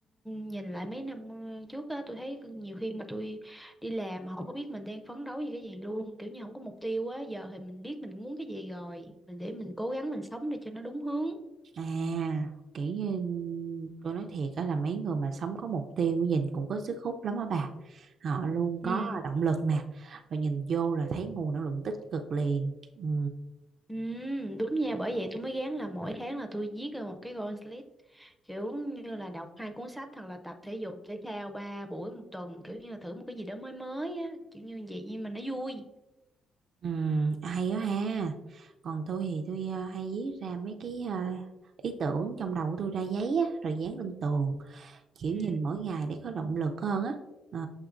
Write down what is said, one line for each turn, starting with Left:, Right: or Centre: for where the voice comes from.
Centre: nhìn lại mấy năm trước á tôi thấy nhiều khi mà tôi đi làm mà không có biết mình đang phấn đấu vì cái gì luôn kiểu như không có mục tiêu á giờ thì mình biết mình muốn cái gì rồi mình để mình cố gắng mình sống để cho nó đúng hướng
Right: À, kiểu như tôi nói thiệt đó là mấy người mà sống có mục tiêu nhìn cũng có sức hút lắm á bà. Họ luôn
Centre: ừ
Right: có động lực nè, rồi nhìn vô là thấy nguồn năng lượng tích cực liền. Ừ.
Centre: ừ đúng nha bởi vậy tôi mới gán là mỗi tháng là tôi viết ra một cái goal list kiểu như là đọc hai cuốn sách hoặc là tập thể dục thể thao ba buổi một tuần kiểu như là thử một cái gì đó mới mới á kiểu như vậy nhưng mà nó vui
Right: Ừ, hay đó ha. Còn tôi thì tôi ờ, hay viết ra mấy cái ờ, ý tưởng trong đầu của tôi ra giấy á, rồi dán lên tường, kiểu
Centre: ừ
Right: nhìn mỗi ngày để có động lực hơn á. Ờ.